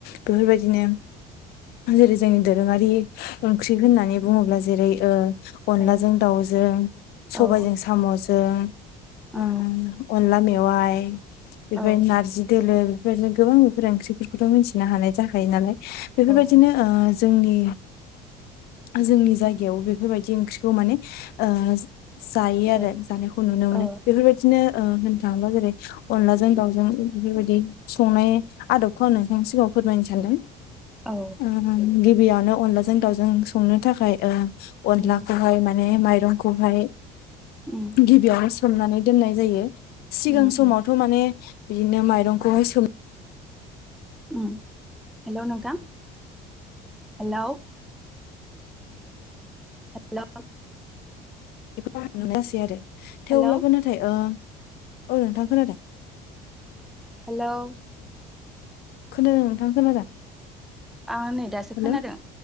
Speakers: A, on the left; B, in the centre.
A: बेफोरबायदिनो जेरै जोंनि दोरोङारि ओंख्रि होननानै बुङोब्ला जेरै अनलाजों
B: औ
A: दाउजों
B: औ
A: सबायजों साम'जों
B: औ
A: अनला मेवाय बेनिफ्राय
B: औ
A: नारजि दोलो बेबायदिनो गोबां बेफोर ओंख्रिफोरखौथ' मिथिनो हानाय जाखायो नालाय बेफोरबायदिनो
B: औ
A: ओ जोंनि जोंनि जायगायाव बेफोरबायदि ओंख्रिखौ माने ओ जायो आरो
B: औ
A: जानायखौ नुनो मोनो
B: औ
A: बेफोरबायदिनो ओ होननो थाङोबा जेरै अनलाजों दाावजों बेबायदि संनाय आदबखौं आं नोंथांनि सिगाङाव फोरमायनो सानदों
B: औ
A: ओ गिबियावनो अनलाजों दाउजों संनो थाखाय ओ अनलाखौहाय
B: उम
A: माने माइरं खौहाय
B: उम
A: गिबियावहाय सोमनानै दोननाय जायो सिगां
B: उम
A: समावथ' माने बिदिनो माइरंखौहाय सोमो
B: उम हेल' नोंथां हेल' हेल'
A: बेखौ आं नुनाय जासै आरो थेवब्लाबो
B: हेलौ
A: नाथाय ओ औ नोंथां खोनादों
B: हेल'
A: खोनादों नोंथां खोनादों
B: आं नै दासो
A: हेल'
B: खोनादों
A: अ